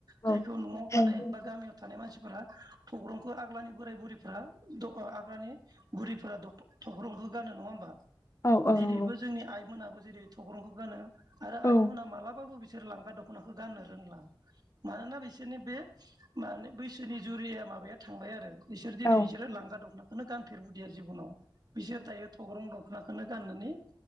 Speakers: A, on the right (about 50°); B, on the left (about 35°).
A: जायखौ
B: औ
A: न'आव थानाय
B: औ नंगौ
A: बा गामियाव थानाय मानसिफोरा थग्रंखौ आग्लानि बोराय-बुरैफोरा द' आग्रानि बुरिफोरा द' थख्रंखौ गानो नंङा होमबा?
B: औ
A: दिनैबो
B: औ
A: जोंनि आइमोनाबो जेरै थग्रंखौ गानो आरो
B: औ
A: आइमोना मालाबाबो बि सोर लांगा दख'नाखौ गाननो रोंला मानोना बिसोरनि बे माने बैसोनि जुरिया माबाया थांबाय आरो बिसोर दिनै
B: औ
A: इसोरो लांगा दंख' नाखौनो गानफेरबोदिया जिबनाव बिसोर दायो थग्रं दख'नाखौनो गाननानै